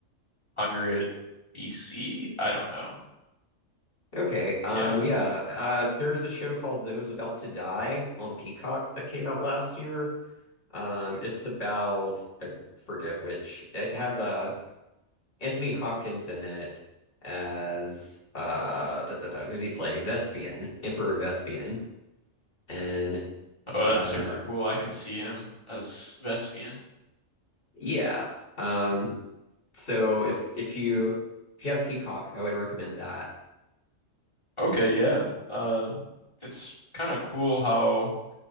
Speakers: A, on the left (about 20°); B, on the left (about 60°).
A: 100 B C. I don't know.
B: Okay, um,
A: Yeah.
B: yeah, uh, there's a show called Those About to Die on Peacock that came out last year. Um, it's about I f- forget which. It has uh Anthony Hopkins in it as uh da, da, da, who's he play? Vespian, Emperor Vespian, and
A: Oh,
B: uh
A: that's super cool. I could see him as Vespian.
B: yeah. Um, so if if you if you have Peacock, I would recommend that.
A: Okay, yeah. Uh it's kind of cool how